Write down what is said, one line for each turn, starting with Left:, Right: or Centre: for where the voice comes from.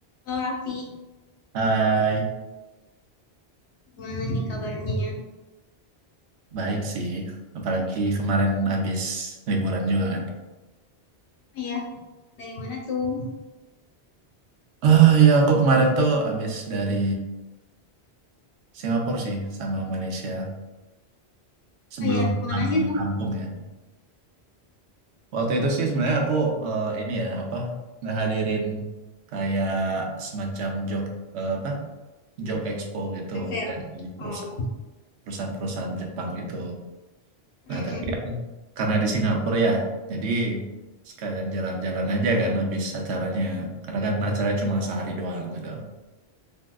Left: Halo Raffi,
Right: Hai,
Left: gimana nih kabarnya?
Right: baik sih. Apalagi kemarin habis liburan juga kan.
Left: Oh ya, dari mana tuh?
Right: Ah ya, aku kemarin tuh habis dari Singapura sih sama Malaysia sebelum
Left: Oh ya, kemana
Right: pulang
Left: aja
Right: ke
Left: tuh?
Right: kampung ya. Waktu itu sih sebenarnya aku eh, ini ya apa ngehadirin kayak semacam job eh, apa job expo gitu
Left: Fair.
Right: dari perusahaan
Left: Oh,
Right: perusahaan-perusahaan Jepang gitu.
Left: mm,
Right: Nah, tapi kan karena di Singapura ya, jadi sekalian jalan-jalan aja kan habis acaranya. Karena kan acaranya cuma sehari doang gitu.